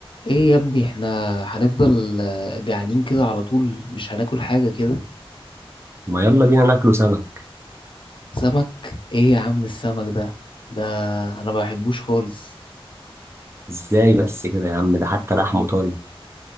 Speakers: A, on the left; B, on the right.
A: ايه يا ابني احنا هنفضل آه، جعانين كده على طول مش هناكل حاجة كده
B: ما يلا بينا ناكله سمك
A: سمك ايه يا عم السمك ده ده انا ما بحبوش خالص
B: ازاي بس كده يا عم ده حتى لحمه طري